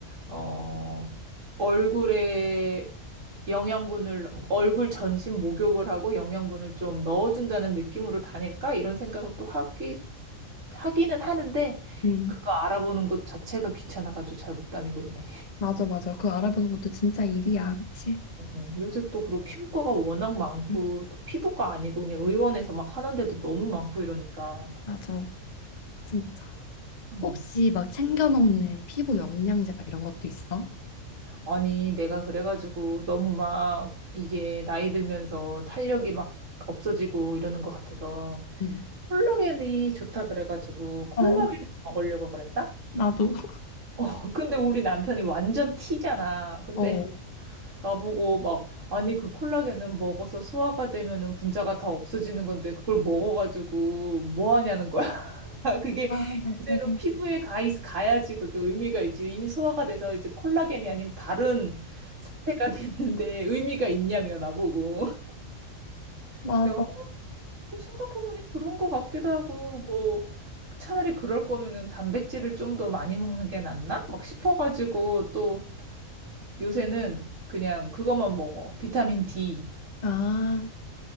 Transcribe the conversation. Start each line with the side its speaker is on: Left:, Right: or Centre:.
Right: 어, 얼굴에 영양분을, 얼굴 전신 목욕을 하고 영양분을 좀 넣어준다는 느낌으로 다닐까? 이런 생각을 또 하기, 하기는 하는데
Left: 음.
Right: 그거 알아보는 것 자체가 귀찮아가지고 잘 못 다니고 있네.
Left: 맞아, 맞아. 그거 알아보는 것도 진짜 일이야. 그치?
Right: 어, 요새 또 그리고 피부과가 워낙 많고
Left: 음,
Right: 또 피부과 아니고 그냥 의원에서 막 하는데도 너무 많고 이러니까
Left: 맞아. 진짜.
Right: 음.
Left: 혹시 막 챙겨 먹는 피부 영양제 막 이런 것도 있어?
Right: 아니 내가 그래가지고 너무 막 이게 나이 들면서 탄력이 막 없어지고 이러는 것 같아서
Left: 응.
Right: 콜라겐이 좋다 그래가지고 콜라겐
Left: 어,
Right: 먹으려고 그랬다?
Left: 나도. <laughs>
Right: <laughs> 근데 우리 남편이 완전 T잖아. 근데
Left: 어.
Right: 나보고 막 아니 그 콜라겐은 먹어서 소화가 되면은 분자가 다 없어지는 건데 그걸 먹어가지고 뭐 하냐는 거야. <laughs> 아, 그게
Left: 아, 맞아.
Right: 그대로 피부에 가 있, 가야지 그게 의미가 있지. 이미 소화가 돼서 이제 콜라겐이 아닌 다른 상태가 <laughs> 됐는데 의미가 있냐며 나보고. <laughs>
Left: 맞아.
Right: 그래서 내가 어, 또 생각해보니 그런 것 같기도 하고 뭐 차라리 그럴 거면은 단백질을 좀 더 많이 먹는 게 낫나? 막 싶어가지고 또 요새는 그냥 그것만 먹어. 비타민 D.
Left: 아,